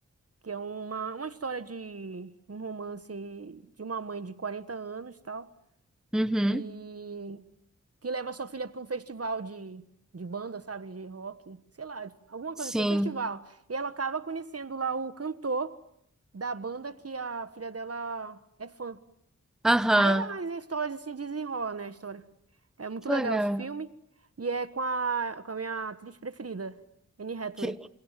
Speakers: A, on the right; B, in the centre.
A: que é uma, uma história de um romance de uma mãe de 40 anos, tal,
B: uhum.
A: que que leva sua filha para um festival de de banda, sabe, de rock, sei lá, de- alguma
B: Sim.
A: coisa assim, festival. E ela acaba conhecendo lá o cantor da banda que a filha dela é fã.
B: Aham.
A: Aí as histórias se desenrolam, né, a história. É muito
B: Que
A: legal
B: legal.
A: esse filme e é com a com a minha atriz preferida, Anne Hathaway.
B: Que-